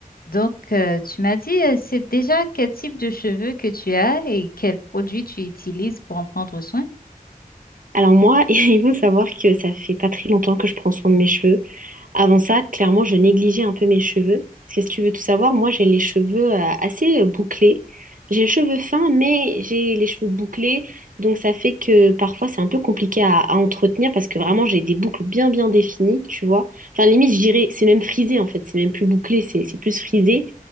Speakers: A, on the left; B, on the right.
A: Donc, euh, tu m'as dit, euh, c'est déjà quel type de cheveux que tu as et quels produits tu utilises pour en prendre soin?
B: Alors moi, <laughs> il faut savoir que ça fait pas très longtemps que je prends soin de mes cheveux. Avant ça, clairement, je négligeais un peu mes cheveux. Parce que si tu veux tout savoir, moi, j'ai les cheveux euh, assez euh, bouclés. J'ai les cheveux fins, mais j'ai les cheveux bouclés. Donc ça fait que parfois, c'est un peu compliqué à, à entretenir parce que vraiment, j'ai des boucles bien, bien définies, tu vois. Enfin, limite, je dirais, c'est même frisé, en fait. C'est même plus bouclé, c'est c'est plus frisé.